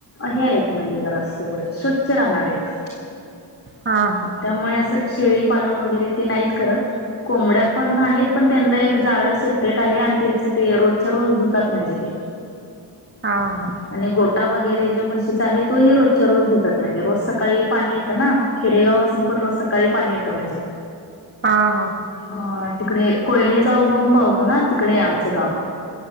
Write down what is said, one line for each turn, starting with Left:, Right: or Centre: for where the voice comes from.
Left: हे आहेत म्हणजे जरा अस स्वच्छ राहणार आहेत
Right: हा हा
Left: त्यामुळे असं शेळीपालन वगैरे ते नाहीत करत कोंबड्या पण आहेत पण त्यांना एक जाळ सेपरेट आहे आणि त्याच ते रोजच्या रोज धुतात म्हणजे ते
Right: हा हा
Left: आणि गोटा वगैरे ज म्हशी आहे तोही रोजच्या रोज दो म्हणजेज सकाळी पाणी ना खेडेगाव असून पण रोज सकाळी पाणी येतं म्हणजे
Right: हा हा हा
Left: ह तिकडे कोयने जा उघम पावतो तिकडे आहे आमचं गाव